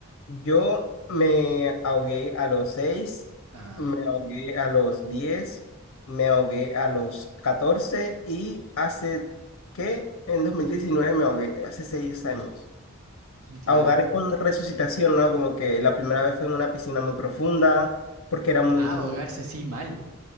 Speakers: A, on the left (about 80°); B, on the right (about 85°).
A: yo me ahogué a los seis
B: Ah,
A: me ahogué a los diez me ahogué a los 14 y hace, ¿qué? En 2019 me ahogué, hace 6 años.
B: claro.
A: ahogar con resucitación, ¿no? Como que la primera vez fue en una piscina muy profunda, porque era muy...
B: Ah,
A: muy-
B: ahogarse así mal.